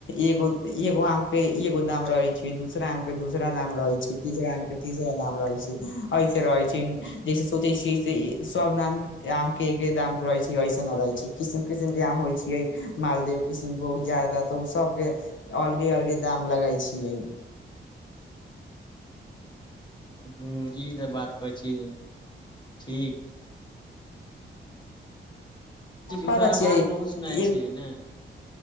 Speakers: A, on the left (about 75°); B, on the left (about 20°).
A: एगो एगो आम के एगो दाम रहै छै दूसरा आम के दूसरा दाम रहै छै तीसरा आम के तीसरा दाम रहै छै ऐसे रहै छै जैसे सोचै छियै सब नाम आम के एके दाम रहै छै ऐसन न रहै छै किसम किसण के आम होइ छियै मालदेव किशनभोग जादा तऽ ओ सबके अलगे अलगे दाम लगाई छियै
B: हूं ई त बात कहै छी ठीक उदराबाद
A: पता छियै
B: बहुत सुनाइ
A: एक
B: छियै ने।